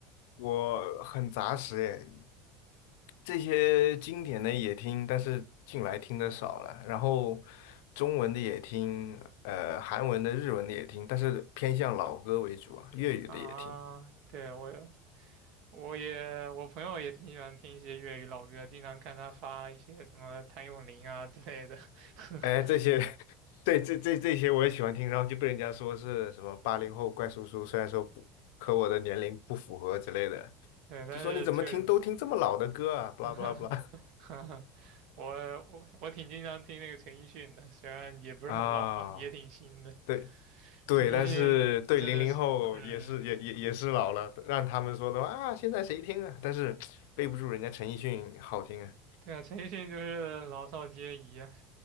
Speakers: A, on the left; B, on the right.
A: 我很杂食耶，这些经典的也听，但是近来听的少了。然后中文的也听，呃，韩文的、日文的也听，但是偏向老歌为主啊，粤语的也听。
B: 啊，对，我我也我朋友也挺喜欢听一些粤语老歌，经常看他发一些什么谭咏麟啊之类的。<laughs>
A: 哎，这些，<laughs> 对，这这这些我也喜欢听，然后就被人家说是什么八零后怪叔叔，虽然说不，可我的年龄不符合之类的。
B: 对，但是确实不是。
A: 就说你怎么听都听这么老的歌啊，
B: <laughs>
A: 不啦不啦不啦
B: 哈哈，哈哈，我我我挺经常听那个陈奕迅的，虽然也不是很老吧，
A: <laughs> 啊，
B: 也挺新的。
A: 对对，
B: 陈奕迅真的是，
A: 但是对零零后也是也也也是老了，
B: 嗯，
A: 让他们说的话啊，现在谁听啊？但是背不住人家陈奕迅好听啊，
B: 对啊，陈奕迅就是老少皆宜啊，